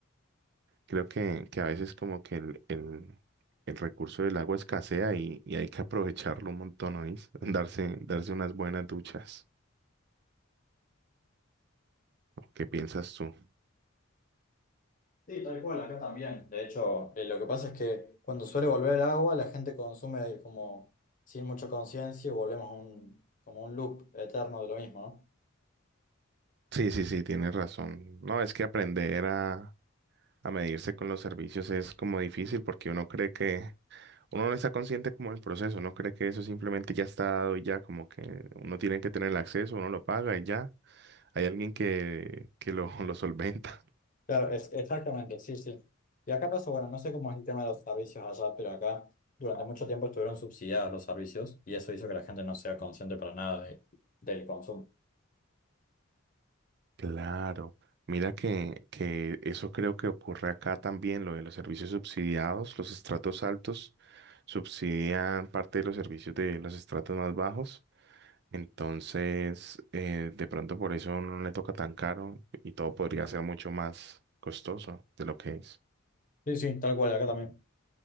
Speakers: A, on the right; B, on the left.
A: Creo que, que a veces como que el, el, el recurso del agua escasea y, y hay que aprovecharlo un montón, ¿oís? <laughs> Darse, darse unas buenas duchas. ¿Qué piensas tú?
B: Sí, tal cual, acá también. De hecho, eh, lo que pasa es que cuando suele volver el agua, la gente consume como sin mucha conciencia y volvemos a un, como un loop eterno de lo mismo, ¿no?
A: Sí, sí, sí, tienes razón. No, es que aprender a, a medirse con los servicios es como difícil porque uno cree que, Uno no está consciente como del proceso, no cree que eso simplemente ya está dado y ya, como que uno tiene que tener el acceso, uno lo paga y ya. Hay alguien que, que lo, <laughs> lo solventa.
B: Claro, es, exactamente, sí, sí. Y acá pasa, bueno, no sé cómo es el tema de los servicios allá, pero acá durante mucho tiempo estuvieron subsidiados los servicios y eso hizo que la gente no sea consciente para nada de- del consumo.
A: Claro. Mira que, que eso creo que ocurre acá también, lo de los servicios subsidiados. Los estratos altos subsidian parte de los servicios de los estratos más bajos. Entonces, eh, de pronto por eso no le toca tan caro y todo podría ser mucho más costoso de lo que es.
B: Sí, sí, tal cual, acá también.